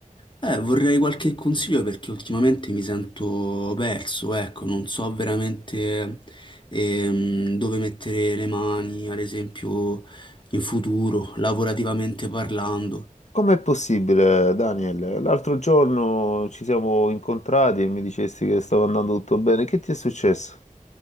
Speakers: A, on the left; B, on the left.
A: eh, vorrei qualche consiglio perché ultimamente mi sento perso, ecco, non so veramente ehm, dove mettere le mani, ad esempio in futuro, lavorativamente parlando.
B: Com'è possibile, Daniel? L'altro giorno ci siamo incontrati e mi dicesti che stava andando tutto bene. Che ti è successo?